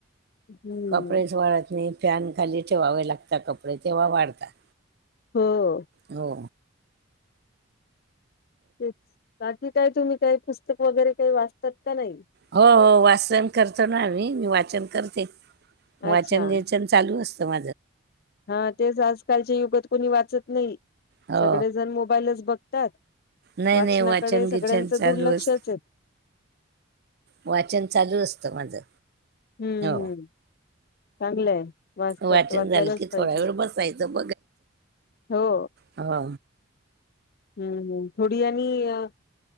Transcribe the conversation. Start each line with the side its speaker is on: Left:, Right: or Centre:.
Left: हम्म
Right: कपडेच वाढत नाही फॅन खाली ठेवावे लागतात कपडे तेव्हा वाढतात.
Left: हो.
Right: हो
Left: तेच बाकी काय तुम्ही काही पुस्तक वगैरे काही वाचतात का नाही.
Right: हो हो वाचन करतो ना आम्ही मी वाचन करते. वाचन
Left: अच्छा
Right: वेचन चालू असतं म.
Left: हा तेच आजकालच्या युगात कोणी वाचत नाही.
Right: हो
Left: सगळे जण मोबाईलच बघतात
Right: नाही
Left: वाचनाकडे
Right: नाही वाचन
Left: सगळ्यांचं
Right: गिचन चालू
Left: दुर्लक्षच
Right: अस
Left: आहे.
Right: वाचन चालू असतं माझं.
Left: हम्म
Right: हो
Left: हम्म चांगलंय वाचतात
Right: वाचन
Left: वाचायलाच
Right: झालं की
Left: पाहिजे.
Right: थोडा वेळ बसायचं
Left: हो.
Right: हा.
Left: ह् थोडी आणि अ